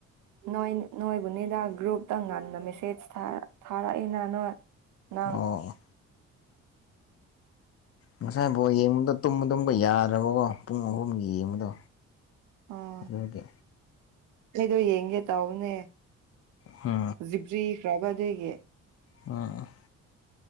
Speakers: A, on the right (about 80°); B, on the left (about 50°).
A: ꯅꯣꯏ ꯅꯣꯏꯕꯨꯅꯤꯗ ꯒ꯭ꯔꯨꯞꯇ ꯉꯟꯅ ꯃꯦꯁꯦꯖ ꯊ ꯊꯥꯔꯛꯏꯅ ꯅꯣꯏ ꯅꯪ
B: ꯑꯣ ꯉꯁꯥꯏ ꯕꯣꯜ ꯌꯦꯡꯕꯗꯣ ꯇꯨꯝꯕ ꯇꯨꯝꯕ ꯌꯥꯗꯔꯕꯀꯣ ꯄꯨꯡ ꯑꯍꯨꯝꯒꯤ ꯌꯦꯡꯕꯗꯣ
A: ꯑꯥ
B: ꯑꯗꯨꯒꯤ
A: ꯑꯩꯗꯣ ꯌꯦꯡꯒꯦ ꯇꯧꯕꯅꯦ
B: ꯍꯥ
A: ꯖꯤꯕꯔꯤ <unintelligible> ꯑꯗꯨꯒꯤ
B: ꯑ